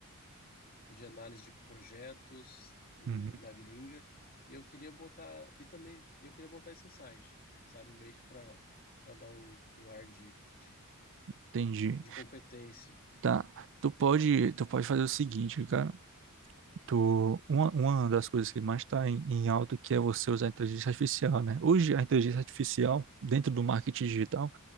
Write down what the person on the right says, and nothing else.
uhum,
entendi.
Tá. Tu pode, tu pode fazer o seguinte, cara. Tu, uma, uma das coisas que mais está em, em alta que é você usar a inteligência artificial, né? Hoje a inteligência artificial dentro do marketing digital